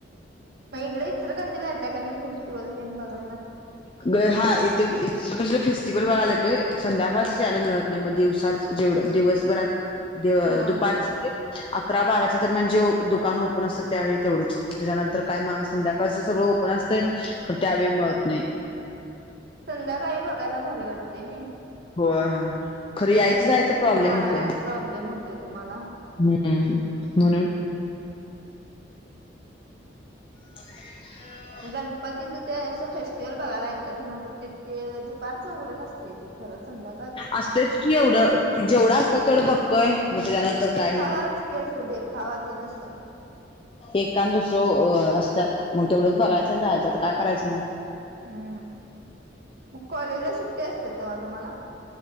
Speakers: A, on the right (about 60°); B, on the left (about 30°).
A: म इकडं इचलकरंजीला येता का नाय फेस्टिवल तेन बघायला.
B: म येते इचलकरंजीला फेस्टिवल बघायला संध्याकाळचे जायला भेटत नाही दिवसाचं. जेवढं दिवसभरात
A: हा
B: दुपार अकरा बाराच्या दरम्यान जे दुकान ओपन असतात त्यावेळी तेवढंच. त्याच्यानंतर काय म संध्याकाळच सगळं ओपन असत. खरं त्यावेळी मिळत नाही.
A: संध्याकाळी बघायला भारी वाटते नाही.
B: बरं खरं यायचं
A: तर तुम
B: जायचं प्रॉब्लेम
A: हा
B: होतय.
A: प्रॉब्लेम होतोय तुम्हाला.
B: हम्म म्हणून <inaudible>
A: गणपतीचे फेस्टिवल ते असं बघायला येतंय ते दुपारचं उघडं नसतं. संध्या
B: असते की एवढं जेवढं असतात तेवढं बघतोय. मग त्याच्यानंतर काय
A: खावाच
B: मग
A: क असं दे खावा ते नस
B: एखाद दुसरं असतात तेवढेच करायचं आणि जायचं काय करायचं मग?
A: हा कॉलेजला सुट्ट्या असतात मग तुम्हाला